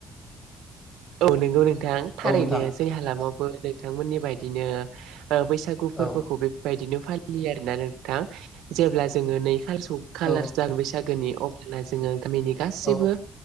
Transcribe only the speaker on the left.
औ नोंथां
औ
औ
औ